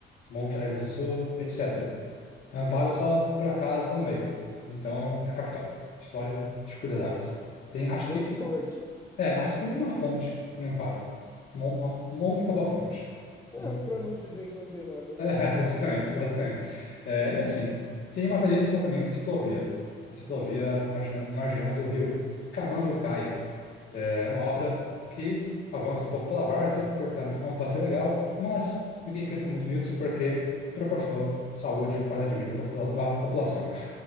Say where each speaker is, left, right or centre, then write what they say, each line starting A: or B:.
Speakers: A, on the left; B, on the left.
A: Monte Alegre do Sul, etc. Amparo só, por acaso, está no meio. Então, é a capital. Histórica, Circuito das Águas. Tem, acho
B: Deu
A: que,
B: sorte.
A: é, acho que tem uma fonte em Amparo. Uma, uma- uma única boa fonte.
B: É,
A: Não-
B: pra não dizer que não tem nada.
A: É,
B: né?
A: <laughs> basicamente, basicamente. É, e assim, tem uma belíssima também ciclovia. Uma ciclovia margina- margeando o rio Camanducaia. É uma obra que avança um pouco pela várzea, portanto, é um tanto ilegal, mas ninguém pensa muito nisso porque proporcionou saúde e qualidade de vida para a população.